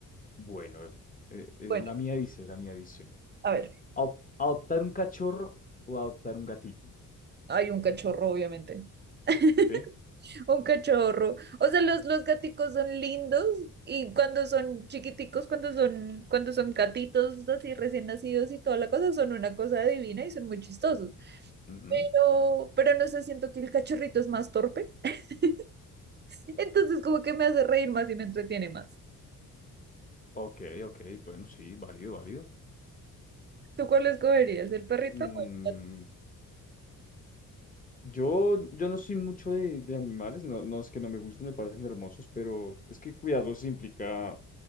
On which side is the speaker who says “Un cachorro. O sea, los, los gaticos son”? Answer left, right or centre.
Right